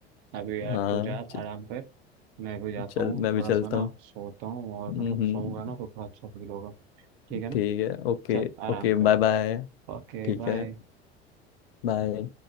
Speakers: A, on the right (about 55°); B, on the left (about 65°).
A: अभी यार
B: हाँ
A: तू जा
B: च,
A: आराम कर मैं भी जाता
B: चल
A: हूँ
B: मैं भी
A: थोड़ा
B: चलता
A: सा ना
B: हूँ
A: सोता हूँ और
B: हम्म,
A: मतलब
B: हम्म।
A: सोऊंगा ना तो थोड़ा अच्छा फील होगा ठीक है ना
B: ठीक है ओके
A: चल आराम
B: Okay
A: कर
B: bye bye
A: Okay
B: ठीक
A: bye
B: है बाय